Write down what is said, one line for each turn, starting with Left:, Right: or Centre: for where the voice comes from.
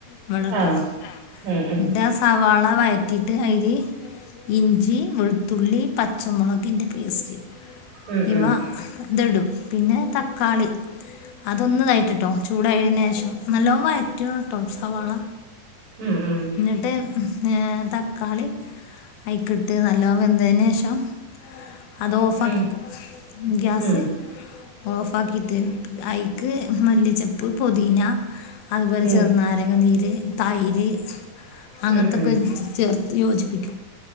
Left: ഇവിടെട്ടോ
Right: ആഹ് ഉം ഉം
Left: എന്നിട്ടാ സവാള വയ റ്റീട്ട് അയ്ലി ഇഞ്ചി വെളുത്തുള്ളി പ ച്ചമുളകിൻ്റെ പേസ്റ്റ്
Right: ഉം
Left: ഇവ
Right: ഉം
Left: ഇതിടും പിന്നെ തക്കാളി അതൊന്ന് ഇതായിട്ടിട്ടോ ചൂടായിന് ശേ ഷം നല്ലോണം വയറ്റണേട്ടോ സവാള.
Right: ഉം ഉം
Left: എന്നിട്ട് തക്കാളി അഴ്ക്കിട്ട് നല്ലോം വെന്തതിന് ശേഷം അത് ഓഫ്
Right: ഉം ഉം
Left: ആക്കിക്കോ ഗ്യാസ്
Right: ഉം
Left: ഓഫ് ആക്കിയിട്ട് ആയി ക്ക് മല്ലിച്ചെപ്പ് പൊതീന അതുപോലെ
Right: ഉം ഉം
Left: ചെറുനാരങ്ങനീ ര് തൈര് അങ്ങത്തൊക്കെ
Right: ഉം ഉം
Left: ചേർത്ത് യോജിപ്പിക്കും